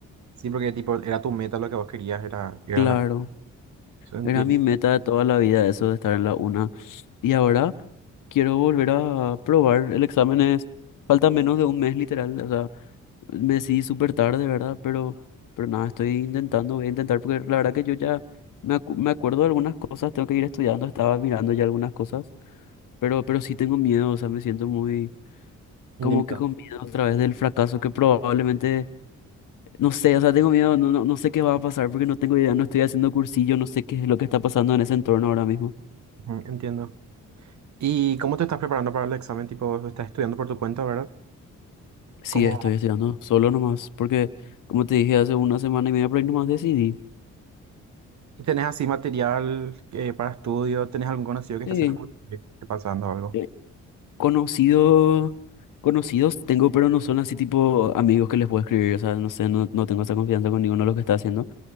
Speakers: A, on the right; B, on the left.
A: Sí, porque tipo, era tu meta lo que vos querías, era ir
B: Claro,
A: a la una. Eso Entiendo.
B: era mi meta de toda la vida eso de estar en la una. Y ahora quiero volver a probar. El examen es, falta menos de un mes literal, o sea, me decidí súper tarde, ¿verdad? Pero, pero nada, estoy intentando, voy a intentar porque la verdad que yo ya... Me, acu- me acuerdo de algunas cosas, tengo que ir estudiando, estaba mirando ya algunas cosas, pero, pero sí tengo miedo, o sea, me siento muy,
A: Indemnidad.
B: Como que con miedo otra vez del fracaso que probablemente, no sé, o sea, tengo miedo, no, no, no sé qué va a pasar porque no tengo idea, no estoy haciendo cursillo, no sé qué es lo que está pasando en ese entorno ahora mismo.
A: Ujú, Entiendo. ¿Y cómo te estás preparando para el examen? Tipo, estás estudiando por tu cuenta, ¿verdad?
B: Sí,
A: ¿Cómo?
B: estoy estudiando solo nomás, porque como te dije hace una semana y media por ahí nomás decidí.
A: ¿Y tenés así material eh, para estudio? ¿Tenés algún conocido que está
B: Sí,
A: haciendo algo? ¿Qué te está pasando o algo?
B: eh, conocido, conocidos tengo, pero no son así tipo amigos que les puedo escribir, o sea, no sé, no, no tengo esa confianza con ninguno de los que está haciendo.